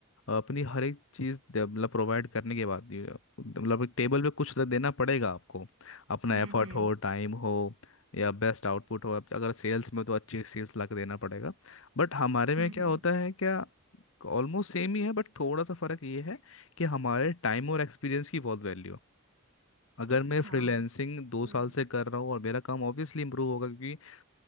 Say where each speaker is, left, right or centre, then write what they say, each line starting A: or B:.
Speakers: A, on the left; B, on the right.
A: अपनी हर एक चीज़ दे- मतलब प्रोवाइड करने के बाद ये, मतलब एक टेबल पे कुछ तो देना पड़ेगा आपको अपना
B: हम्म
A: एफर्ट
B: हम्म
A: हो टाइम हो या बेस्ट आउटपुट हो अब अगर सेल्स में तो अच्छी सेल्स ला के देना पड़ेगा बट हमारे में
B: हम्म
A: क्या
B: हम्म
A: होता है क्या ऑलमोस्ट सेम ही है बट थोड़ा सा फर्क ये है कि हमारे टाइम और एक्सपीरियंस की बहुत वैल्यू अगर
B: अच्छा
A: मैं फ्रीलैंसिंग
B: हम्म
A: दो साल से कर रहा हूँ और मेरा काम ऑब्वियसली इंप्रूव होगा क्योंकि